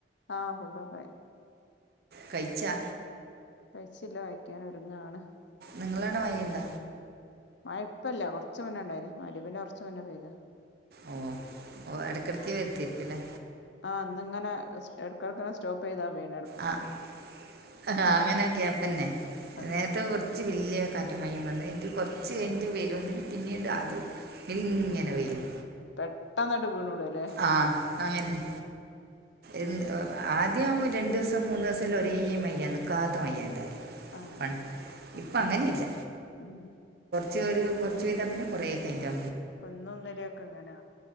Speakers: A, on the left; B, on the right.
A: ആഹ് ഫുഡോക്കായി
B: കഴ്ച്ചാ
A: കഴ്ച്ചില്ല കയിക്കാനൊരുങ്ങാണ്
B: നിങ്ങളടെ മയയ്യ്ണ്ട
A: മഴ ഇപ്പല്ല കൊർച്ച് മുന്നെണ്ടായിന് മഗ്രിബിന് കൊർച്ച് മുന്നെ പെയ്താ
B: ഓ ഓ എട്ക്കട്ക്ക് വര്ത്തിക്ക്ലെ
A: ആ ഇന്ന്ങ്ങനെ എട്ക്കട്ക്കിങ്ങ സ്റ്റോപ്പയ്താ പെയ്
B: ആ അങ്ങനെ ഗ്യാപ്പന്നെ
A: ആഹ്
B: നേരത്തെ കൊർ ച്ച് വെല്യ കാറ്റും മയിം വന്ന് ഇൻക്ക് കൊർച്ച്
A: ആഹ്
B: എഞ്ട്ട് വെരുന്ന് പിന്നീട് ആദ്യം ഇങ്ങനെ വെയ്യും
A: പെട്ടെനാട് വീണൂടല്ലേ
B: ആ അങ്ങന്നെ എന്ത്‌ ഉ ആദ്യം രണ്ട്സം മൂന്നുസംല്ല ഒരേ മയ്യ നിക്കാത്ത മയ്യെണ്ടാല്
A: ആഹ്
B: പൺ ഇപ്പ അങ്ങനില്ല
A: ഉം
B: ചൊരു കൊർചെയ്താ പിന്നെ കൊറേകയ്ഞ്ഞ്റ്റാ
A: പ്പ ഇന്നു ഇന്നലൊക്കെങ്ങനാ